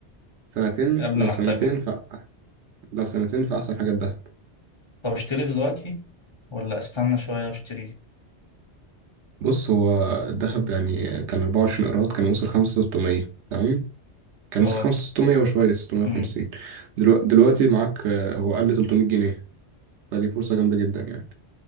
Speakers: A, on the right (about 75°); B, on the left (about 25°).
A: سنتين
B: قبل
A: لو
B: ما
A: سنتين
B: احتاجهم
A: ف لو سنتين فأحسن حاجة الذهب
B: طب اشتري دلوقتي ولا استنى شوية واشتري
A: بص هو الذهب يعني كان 24 قيراط كان وصل 5600 تمام كان
B: اه
A: وصل 5600 وشوية 650
B: امم
A: دلوقتي, دلوقتي معاك آه، هو قل 300 جنيه فدي فرصة جامدة جدا يعني